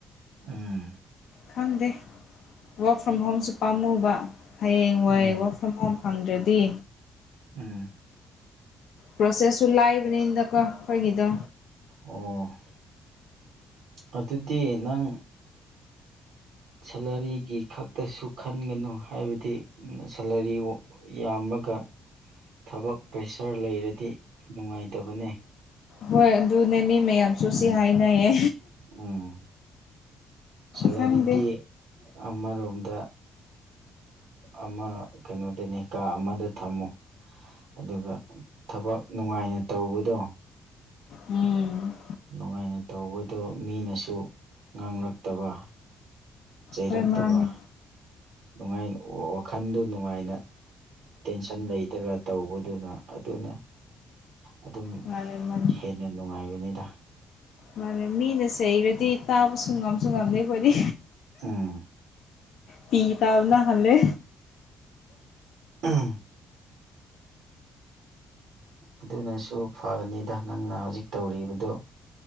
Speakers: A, on the right; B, on the left.
A: ꯎꯝ
B: ꯈꯪꯗꯦ ꯋꯔꯛ ꯐ꯭ꯔꯣꯝ ꯍꯣꯝꯁꯨ ꯄꯥꯝꯃꯨꯕ ꯍꯌꯦꯡ ꯋꯥꯏꯦ
A: ꯎꯝ
B: ꯋ ꯐꯨꯝꯐꯝ ꯐꯪꯗ꯭ꯔꯗꯤ
A: ꯎꯝ
B: ꯄ꯭ꯔꯣꯁꯦꯁꯁꯨ ꯂꯥꯛꯕꯅꯤꯅꯗꯀꯣ ꯑꯩꯈꯣꯏꯒꯤꯗ
A: ꯑꯣ ꯑꯗꯨꯗꯤ ꯅꯪ ꯁꯦꯂꯔꯤꯒꯤ ꯈꯛꯇꯁꯨ ꯈꯟꯒꯅꯨ ꯍꯥꯏꯕꯗꯤ ꯁꯦꯂꯔꯤ ꯌꯥꯝꯃꯒ ꯊꯕꯛ ꯄ꯭ꯔꯦꯁꯔ ꯂꯩꯔꯗꯤ ꯅꯨꯡꯉꯥꯏꯇꯕꯅꯦ
B: ꯍꯣꯏ ꯑꯗꯨꯗꯨꯅꯦ ꯃꯤ ꯃꯌꯥꯝ ꯑꯞꯁꯣꯁꯤꯦ
A: ꯎꯝ
B: ꯍꯥꯏꯅꯌꯦ
A: ꯎꯝ ꯁꯦꯂꯔꯤꯗꯤ
B: ꯈꯪꯗꯦ
A: ꯑꯃꯔꯣꯝꯗ ꯑꯃ ꯀꯩꯅꯣꯗꯅꯤ ꯀꯥ ꯑꯃꯗ ꯊꯝꯃꯨ ꯑꯗꯨꯒ ꯊꯕꯛ ꯅꯨꯡꯉꯥꯏꯅ ꯇꯧꯕꯗꯣ
B: ꯎꯝ
A: ꯅꯨꯡꯉꯥꯏꯅ ꯇꯧꯕꯗꯣ ꯃꯤꯅꯁꯨ ꯉꯥꯡꯂꯛꯇꯕ ꯆꯩꯔꯛꯇꯕ
B: ꯍꯣꯏ ꯃꯥꯅꯦ
A: ꯅꯨꯡꯉꯥꯏ ꯋꯥꯈꯜꯗꯨ ꯅꯨꯡꯉꯥꯏꯅ ꯇꯦꯟꯁꯟ ꯂꯩꯇ꯭ꯔꯒ ꯇꯧꯕꯗꯨꯅ ꯑꯗꯨꯅꯦ ꯑꯗꯨꯝ
B: ꯃꯥꯅꯦ ꯃꯥꯅꯦ
A: ꯍꯦꯟꯅ ꯅꯨꯡꯉꯥꯏꯕꯅꯤꯅ
B: ꯃꯥꯅ ꯃꯤꯅꯁꯦ ꯍꯔꯗꯤ ꯇꯥꯕꯁꯨ ꯉꯝꯁꯨ ꯉꯝꯗꯦ ꯑꯩꯈꯣꯏꯗꯤ
A: ꯎꯝ
B: ꯄꯤ ꯇꯥꯕꯅ ꯈꯦ
A: ꯎꯝ ꯑꯗꯨꯅꯁꯨ ꯐꯒꯅꯤꯗ ꯅꯪꯅ ꯍꯧꯖꯤꯛ ꯇꯧꯔꯤꯕꯗꯨ